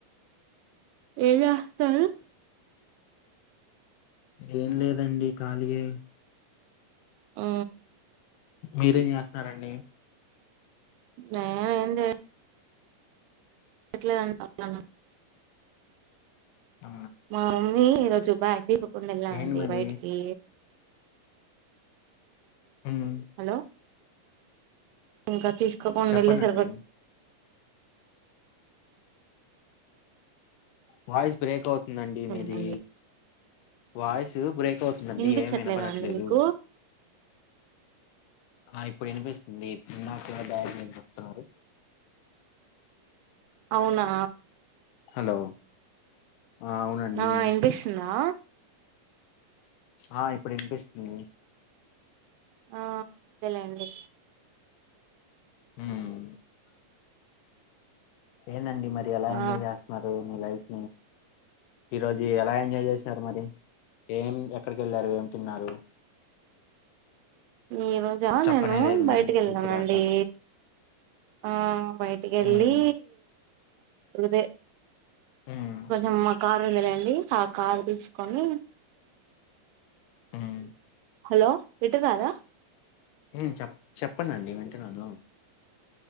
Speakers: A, on the right; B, on the left.
A: ఏం చేస్తారు
B: ఏం లేదండి ఖాళీయే
A: ఆ
B: మీరేం చేస్తున్నారండి
A: నేను ఏ ఎట్లేద అని <inaudible>
B: ఆ
A: మా మమ్మీ రోజు బ్యాగ్ అనుకోకుండా ఎళ్లాను
B: ఏంటి
A: అండి
B: మరి
A: బయటికి
B: ఉమ్
A: హలో ఇంకా తీసు తీసుకోకుండా
B: చెప్పండండి
A: వెళ్ళేసరికి
B: వాయిస్ బ్రేక్ అవు నండి
A: వచ్చండి
B: మీది వాయిస్ బ్రేక్ అవుతుందండి
A: వినిపించట్లేదా
B: ఏం వినపడట్లేదు
A: అండి మీకు
B: ఆ ఇప్పుడు వినిపిస్తుంది ఇందాకా ఏమో బ్యాగ్ మో చెప్తున్నారు
A: అవునా
B: హలో ఆ అవునండి
A: నా వినిపిస్తుందా
B: ఆ ఇప్పుడు వినిపిస్తుంది
A: ఆ అదే లెండి
B: ఊహు ఏందండి మరి ఎలా
A: ఆ
B: ఎంజాయ్ చేస్తున్నారు మీ లైఫ్ ఈరోజు ఎలా ఎంజాయ్ చేశారు మరి ఏం ఎక్కడికి వెళ్ళారు ఏం తిన్నారు
A: ఈ రోజా
B: చెప్పనే
A: నేను
B: లేదు
A: బయటికి
B: మరి
A: వెళ్ళానండి
B: ఇప్పుడు దాకా
A: ఆ బయటికి ఎళ్లి
B: ఉమ్
A: అదే
B: ఉమ్
A: కొంచెం మా కార్ ఉంది లేండి ఆ కార్ తీసుకొని
B: ఊహు
A: హలో వింటన్నారా
B: హు చెప్ప చెప్పడి అండి వింటున్నాను